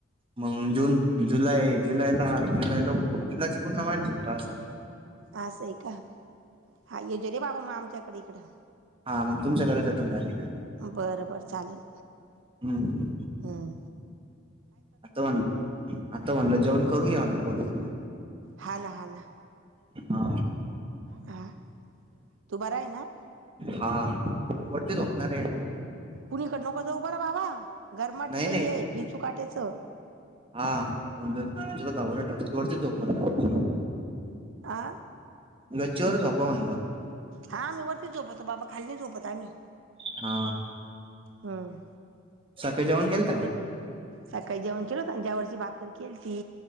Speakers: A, on the right; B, on the right.
A: मग जून जुलै, जुलैला. जुलैचा पूर्ण महिना सुट्टया आसंन.
B: आसंय का. हा येजोरे बाबा मग, आमच्याकडे इकडं.
A: हा, मग तुमच्याकडंच येतो ना डायरेक्ट.
B: बरं बरं, चालेल.
A: हूं.
B: हूं.
A: आता म्हण, आता म्हणलं, जेवण करून घ्या म्हणलं पोटभर.
B: हा ना, हा ना.
A: हा.
B: हा तू बराय ना?
A: हा. वरती झोपणारंय.
B: कुणीकड नको जाऊ बरं बाबा. गरमाटी
A: नाही
B: लई
A: नाही
B: येे इचू काट्याचं.
A: हा. म्हणलं तुला घाबरायचं तर वरतीच झोप म्हणलं गच्चीवं.
B: आ
A: गच्चीवर झोपा म्हणलं.
B: हा, आम्ही वरतीच झोपतो बाबा, खाली नाई झोपत आम्ही.
A: हा,
B: हं.
A: सकाळी जेवण केलंत का?
B: सकाळी जेवण केलं. जवारीची भाकर किलती.